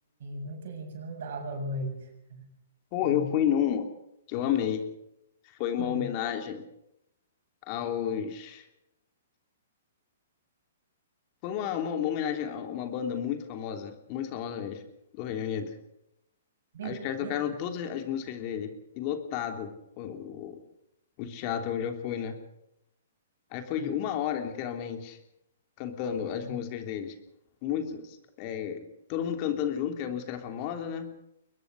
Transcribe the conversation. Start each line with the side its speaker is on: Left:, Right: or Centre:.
Right: muita gente não dá valor a isso.
Left: Pô,
Right: E,
Left: eu fui numa que eu amei. Foi uma
Right: hum,
Left: homenagem aos. Foi uma, uma, uma homenagem a uma banda muito famosa, muito famosa mesmo, do Reino Unido.
Right: Bill,
Left: Aí os caras
Right: Bill,
Left: tocaram todas as músicas dele, e lotado o, o o teatro onde eu fui, né? Aí foi
Right: cara,
Left: uma hora, literalmente, cantando as
Right: olha,
Left: músicas deles. Muitos, é, todo mundo cantando junto, que a música era famosa, né?